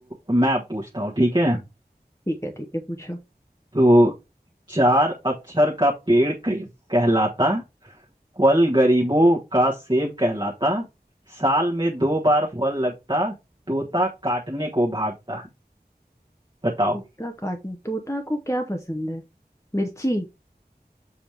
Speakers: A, on the right; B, on the left.
A: मैं अब पूछता हूँ ठीक है
B: ठीक है ठीक है पूछो
A: तो चार अक्षर का पेड़ कह- कहलाता फल गरीबों का सेब कहलाता साल में दो बार फल लगता तोता काटने को भागता बताओ
B: तोता काटने तोता को क्या पसंद है मिर्ची